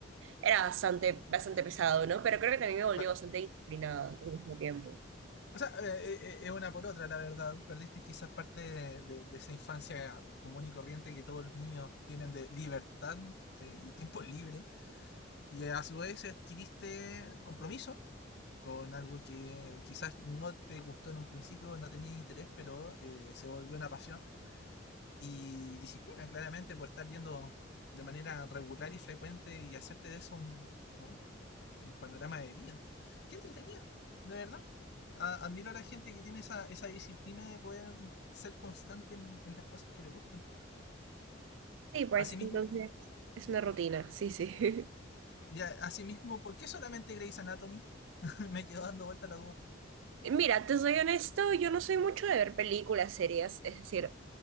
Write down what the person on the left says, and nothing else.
Pa-
o sea, eh, eh, eh, es una por otra, la verdad. Perdiste quizás parte de, de- de esa infancia común y corriente que todos los niños tienen de libertad eh, y tiempo libre. Y a su vez adquiriste compromiso con algo que quizás no te gustó en un principio, no tenías interés, pero eh, se volvió una pasión. Y disciplina, claramente, por estar yendo de manera regular y frecuente y hacerte de eso un, un- un panorama de vida. Qué entretenida, de verdad. A- admiro a la gente que tiene esa, esa disciplina de poder ser constante en, en las cosas que le gustan.
Asimismo,
ya, asimismo, ¿por qué solamente Grey's Anatomy? <laughs> Me quedó dando vuelta la duda.